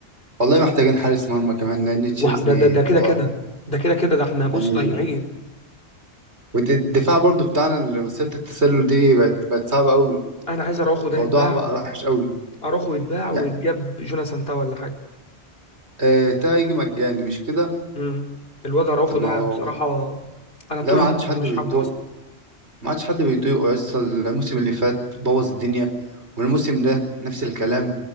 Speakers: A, on the right; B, on the left.
A: والله محتاجين حارس مرمى كمان لان تشيزني
B: وح- ده ده ده كده
A: خلاص
B: كده ده كده كده ده احنا بص
A: يعني
B: ضايعين
A: والدفاع برضو بتاعنا اللي مسيرة التسلل دي بقت بقت صعبة قوي
B: انا عايز اروخو ده
A: موضوعها
B: يتباع
A: بقى وحش قوي
B: اروخو يتباع ويتجاب
A: يعني
B: جوناثان تاو ولا حاجة
A: آه، تا يجي مجاني مش كده
B: امم الواد اروخو
A: طب ما
B: ده
A: هو
B: بصراحة انا طول
A: لا ما
B: الموسم
A: عادش حد
B: مش
A: بيتوق
B: حابه اصلا
A: ما عادش حد بيطيقه يسطا الموسم اللي فات بوظ الدنيا والموسم ده نفس الكلام